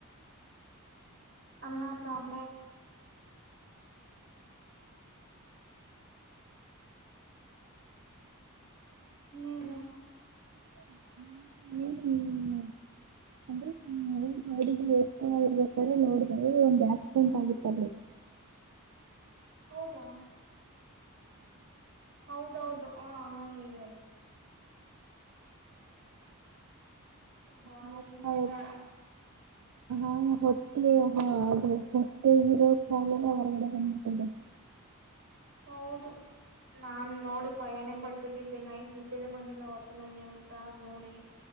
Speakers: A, on the right; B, on the right.
A: ಅನ್ನ ಸಾಂಬಾರ್. ಇನ್ನೆನು.
B: ಹ್ಮ್ ಹ್ಮ್ಮ್ ಅಂದ್ರೆ ನೋಡ ಎರ್ತ ಇರ್ಬೇಕಾದ್ರೆ ನೋಡಿದೆ ಒಂದ್ ಆಕ್ಸಿಡೆಂಟ್ ಆಗಿತ್ತಲ್ಲಿ
A: ಹೌದಾ ಹೌದೌ ಹೌದ ಹಾ ಹೇಳಿ ಅಲ್ಲಿ ಒಹ್
B: ಪಾಪ
A: ಹಿಂಗೇ
B: ಎಲ್ಲ ಹಾ ಹೊಟ್ಟೆ ಹಾ ಅದ ಈಗ ಇರೋ ಸಾಲನೆ ಹೊರಗಡೆ ಬಂದಬಿಟ್ಟಿದ್ದೆ.
A: ಹೌದು ನಾನ್ ನೋಡಿ ಬಯಾನೇ ಬಟ್ಬಿಟ್ಟಿದ್ದೆ ನೈಟ್ ನಿದ್ದೆನೆ ಬಂದಿಲ್ಲ ಅವತ್ತ ನಂಗೆ ಗೊತ್ತಾ ನೋಡಿ.